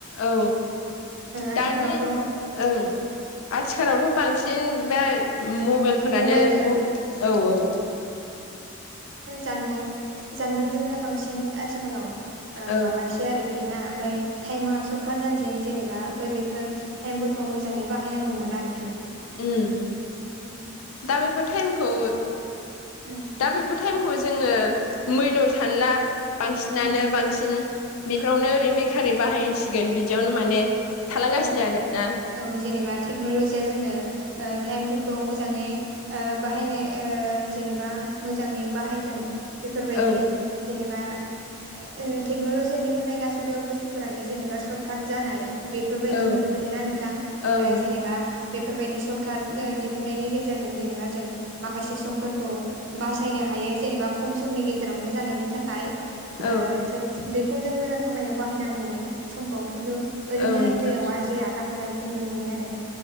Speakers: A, on the left; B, on the right.
A: औ
B: आथिखालावथ'
A: दानि ओं आथिखालावथ' बांसिन दा मबाइलफोरानो
B: मबाइलजों
A: औ औ
B: जानबुं जानबुंजोंनो बांसिन आथिखालाव ओ
A: औ
B: माबानोसै आरो गेना ओमफाय टाइमा सर्टकाट जानोसै जेनेबा ओमफ्राय बेफोर टाइमफोरखौ मोजाङै बाहायनांगौमोन आरोखि
A: ओम
B: उम
A: दा बेफोर टाइमखौ
B: उ
A: दा बेफोर टाइमखौ जोङो मैल' सानोना बांसिनानो
B: उम
A: बांसिन बेफ्रावनो ओरैनो बेखारारि बाहायसिगोन बिदियावनो माने थालांगासिनो
B: औ
A: आरोना।
B: औ जेनेबा टेक्न'ल'जिया जोंनो ओ टाइमफोरखौ मोजाङै ओ बाहायनो ओ जेनेबा मोजाङै बाहायथों बेफोरबायदि
A: औ
B: जेनेबा ओ टेक्न'लजिया दिहुननाय गासिबो बुस्थुफोरानो जेनेबा सर्ट काट जानाय बि बेफोरबायदि
A: औ
B: नुनो मोनो ना नोंथां
A: औ
B: ओ जेनेबा बेफोरबायदि सर्ट काट ओ दिहुननायनि गेजेरजों जेनेबा जों माखासे समफोरखौ बासायनो हायो जेनेबा खम समनि गेजेरावनो जानायनि थाखाय। ओ
A: औ
B: थोद बेखौ जों मोजां खामानियाव बाहायनांगौमोन समखौ खिन्थु ओरैनो
A: औ नोंथां
B: दैयाव आद्रि आगार हरनायखौ नुनो मोनो आरो